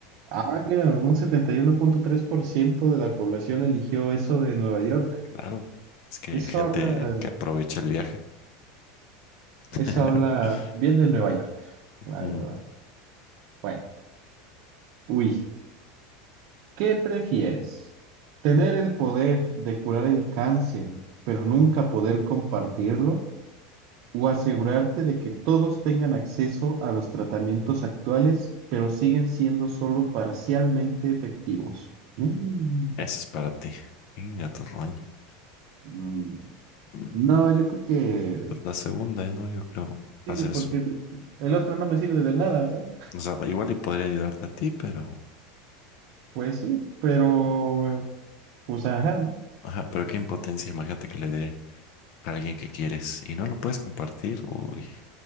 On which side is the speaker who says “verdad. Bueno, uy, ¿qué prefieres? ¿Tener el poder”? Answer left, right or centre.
Right